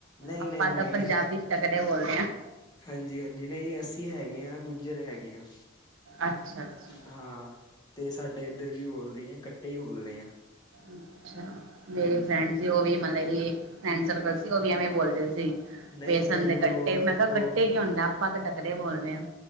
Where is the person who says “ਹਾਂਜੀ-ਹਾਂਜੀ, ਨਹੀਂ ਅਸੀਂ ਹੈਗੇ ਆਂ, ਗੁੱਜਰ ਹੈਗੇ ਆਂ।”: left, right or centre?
Left